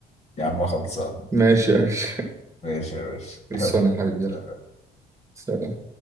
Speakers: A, on the left; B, on the right.
A: يا عم خلصان
B: ماشي يا باشا <laughs>
A: ماشي يا باشا
B: خلصانة
A: <laughs> يلا
B: يا حبيبي
A: سلام.
B: يلا سلام